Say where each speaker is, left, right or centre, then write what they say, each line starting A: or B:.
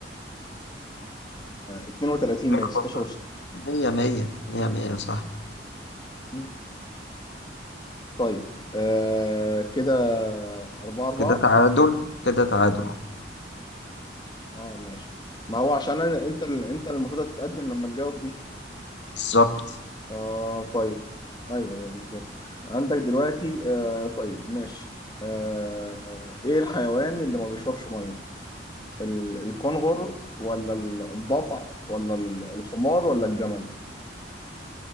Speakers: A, on the left; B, on the left.
A: 32
B: اخبط
A: بين 16
B: ده. 100 100 100 100 صح
A: و16 طيب آه كده أربعة أربعة
B: كده تعادل كده تعادل
A: اه ماشي ما هو عشان أنا أنت ال- أنت اللي المفروض هتتقدم لما تجاوب دي
B: بالظبط
A: آه طيب أيوه أيوه بالظبط عندك دلوقتي آه طيب ماشي آه آه، إيه الحيوان اللي ما بيشربش مية؟ ال- الكنغر ولا الضبع ولا ال- الحمار ولا الجمل؟